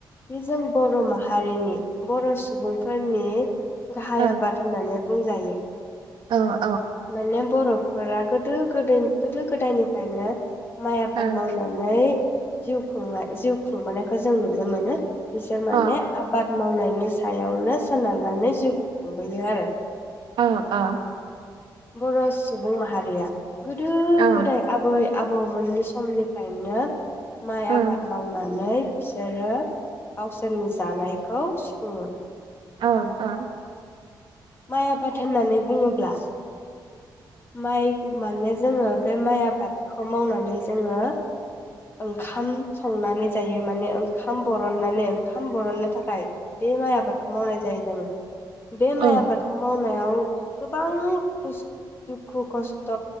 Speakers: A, on the left (about 30°); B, on the right (about 80°).
A: बे जों बर' माहारिनि बर' सुबुंफोरनि गाहाया
B: औ
A: आबाद होननानै बुंजायो।
B: औ
A: माने बर'फोरा गोदो गोदो गोदो गोदायनिफ्रायनो माइ आबाद
B: औ
A: मावनानै जिउ खुंनाय जिउ खुंबोनायखौ जों नुनो मोनो। बिसोर
B: औ
A: माने आबाद मावनायनि सायावनो सोनारनानै जिउखौ खुंबोयो आरो
B: अ अ
A: बर' सुबुं माहारिया गोदो
B: औ
A: गोदाय आबै आबौ मोननि समनि गायनो माइ
B: नोंथां
A: आबाद मावनानै <unintelligible> <inaudible> दानायखौ सुफुंयो।
B: औ आ
A: माइ आबाद होननानै बुङोब्ला माइ माने जोङो बे माय आबाद मावनानै जोङो ओंखाम संनानै जायो माने ओंखाम बरननानै ओंखाम बरननो थाखाय बे माइ आबादखौ मावनाय जायो जोङो बे
B: औ
A: माइ आबादखौ मावनायाव गोबां खुस दुखु खस्थ'